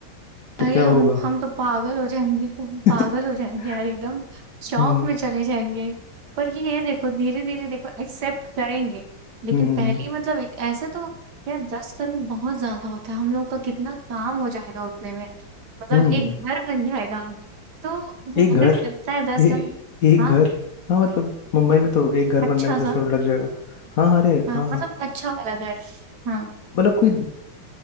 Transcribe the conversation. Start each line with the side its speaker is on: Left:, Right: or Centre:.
Left: तो
Right: अरे
Left: क्या
Right: हम
Left: होगा
Right: हम तो पागल हो जाएंगे हम
Left: <laughs>
Right: पागल हो जाएंगे यार एकदम शौक
Left: हम्म
Right: में चले जाएंगे पर ये है देखो धीरे धीरे देखो एक्सेप्ट करेंगे लेकिन
Left: हम्म
Right: पहली मतलब एक- ऐसे तो यार दस करोड़ बहुत ज्यादा होता है हम लोग का कितना काम हो जाएगा उतने में मतलब
Left: हम्म
Right: एक घर बन जाएगा तो अगर
Left: एक घर
Right: मिलता है दस
Left: ए,
Right: करोड़
Left: एक
Right: हाँ
Left: घर हाँ मतलब मुंबई में तो एक घर बनने
Right: अच्छा
Left: में दस
Right: सा
Left: करोड़ लग जाएगा हाँ हाँ अरे
Right: हाँ
Left: हाँ हाँ
Right: मतलब अच्छा वाला घर हाँ।
Left: मतलब कोई